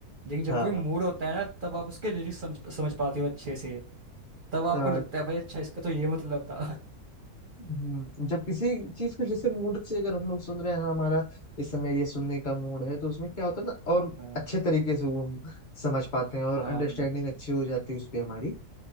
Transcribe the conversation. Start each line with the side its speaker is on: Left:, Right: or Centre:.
Right: लेकिन जब
Left: है हाँ
Right: कोई मूड होता है ना तब आप उसके लिरिक्स समझ समझ पाते हो अच्छे से तब आपको
Left: अ,
Right: लगता है भाई अच्छा इसका तो ये मतलब था <laughs>
Left: हम्म, जब किसी चीज को जैसे मूड से अगर हम लोग सुन रहे हैं हाँ, हमारा इस समय ये सुनने का मूड है तो उसमें क्या होता है ना और
Right: हाँ
Left: अच्छे तरीके से वो हम समझ पाते हैं और
Right: हाँ
Left: अंडरस्टैंडिंग अच्छी हो जाती है उस पर हमारी